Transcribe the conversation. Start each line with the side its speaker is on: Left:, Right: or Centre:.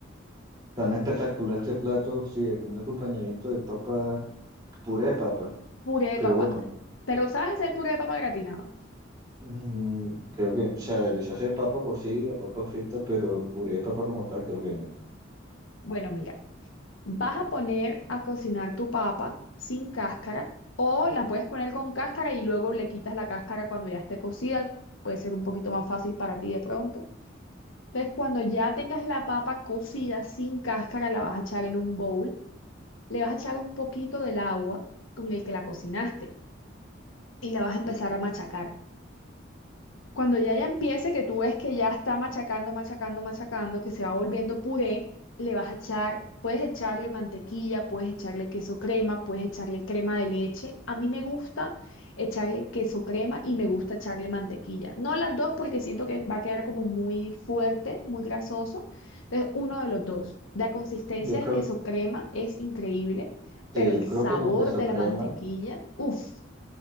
Right: tan espectacular este plato, sí, con un acompañamiento de papa, puré de papa.
Left: Puré de
Right: Pero
Left: papa.
Right: bueno,
Left: ¿Pero sabes hacer puré de papa gratinado?
Right: mm, creo que, o sea, yo sé hacer papa cocida, papa frita, pero puré de papa como tal, creo que no.
Left: Bueno, mira, vas a poner a cocinar tu papa sin cáscara o la puedes poner con cáscara y luego le quitas la cáscara cuando ya esté cocida. Puede ser un poquito más fácil para ti de pronto. Entonces, cuando ya tengas la papa cocida sin cáscara, la vas a echar en un bowl. Le vas a echar un poquito del agua con el que la cocinaste y la vas a empezar a machacar. Cuando ya ya empiece, que tú ves que ya está machacando, machacando, machacando, que se va volviendo puré, le vas a echar, puedes echarle mantequilla, puedes echarle queso crema, puedes echarle crema de leche. A mí me gusta echarle queso crema y me gusta echarle mantequilla. No las dos porque siento que va a quedar como muy fuerte, muy grasoso. Entonces, uno de los dos. La consistencia
Right: Yo creo,
Left: del queso crema es increíble, pero
Right: sí,
Left: el
Right: yo
Left: sabor
Right: creo que con queso
Left: de la
Right: crema,
Left: mantequilla, uff,